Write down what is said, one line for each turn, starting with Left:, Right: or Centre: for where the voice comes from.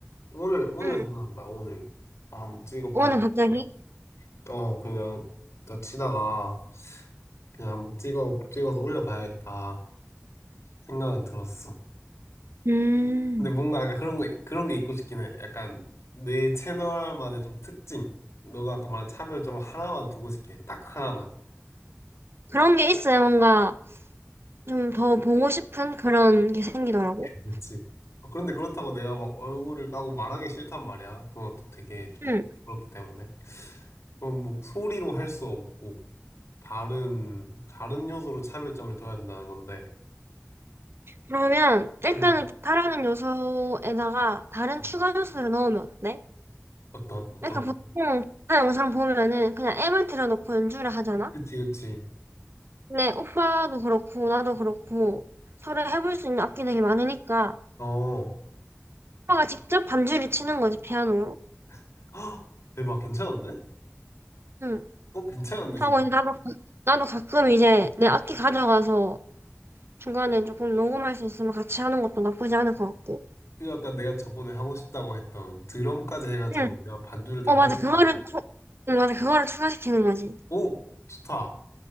Left: 오늘 오늘
Right: 응.
Left: 생각한 거야, 오늘. 아, 한번 찍어봐야겠다.
Right: 오늘 갑자기?
Left: 어, 그냥 다 치다가 그냥 한번 찍어 찍어서 올려봐야겠다 생각은 들었어.
Right: 음.
Left: 근데 뭔가 약간 그런 거, 그런 게 있고 싶긴 해. 약간 내 채널만의 좀 특징. 너가 아까 말한 차별 좀 하나만 두고 싶게. 딱 하나만.
Right: 그런 게 있어요. 뭔가 좀 더 보고 싶은 그런 게 생기더라고.
Left: 그치. 아, 그런데 그렇다고 내가 막 얼굴을 까고 말하기 싫단 말이야. 그런 것도 되게 좀
Right: 응.
Left: 그렇기 때문에. 그럼 뭐 소리로 할 수 없고, 다른, 다른 요소로 차별점을 둬야 된다는 건데.
Right: 그러면 일단은
Left: 음.
Right: 기타라는 요소에다가 다른
Left: 음.
Right: 추가 요소를 넣으면 어때?
Left: 어떤, 어떤.
Right: 그러니까 보통 기타 영상 보면은 그냥 앱을 틀어놓고 연주를 하잖아?
Left: 그치, 그치.
Right: 근데 오빠도 그렇고 나도 그렇고 서로 해볼 수 있는 악기들이 많으니까
Left: 어.
Right: 오빠가 직접 반주를 치는 거지 피아노로.
Left: <gasps> 헉, 대박. 괜찮은데?
Right: 응.
Left: 어, 괜찮은데,
Right: 하고
Left: 진짜.
Right: 이제 나도 가- 나도 가끔 이제 내 악기 가져가서 중간에 조금 녹음할 수 있으면 같이 하는 것도 나쁘지 않을 것 같고.
Left: 이거 아까 내가 저번에 하고 싶다고 했던 드럼까지 해가지고
Right: 응.
Left: 내가 반주를 다
Right: 어 맞아
Left: 하는
Right: 그거를
Left: 거.
Right: 추- 응 맞아 그거를 추가시키는 거지.
Left: 오, 좋다.